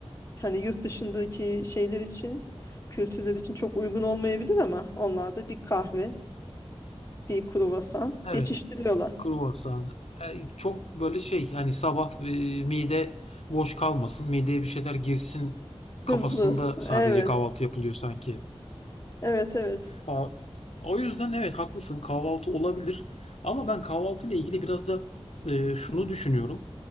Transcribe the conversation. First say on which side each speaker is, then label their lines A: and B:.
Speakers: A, on the left (about 30°); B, on the left (about 70°).
A: hani yurt dışındaki şeyler için, kültürler için çok uygun olmayabilir ama onlar da bir kahve, bir kruvasan
B: Evet,
A: geçiştiriyorlar.
B: kruvasan. E, Çok böyle şey, hani sabah e, mide boş kalmasın, mideye bir şeyler girsin
A: Hızlı.
B: kafasında sadece
A: Evet.
B: kahvaltı yapılıyor sanki.
A: Evet, evet.
B: Ha, o yüzden evet haklısın kahvaltı olabilir. Ama ben kahvaltı ile ilgili biraz da e, şunu düşünüyorum.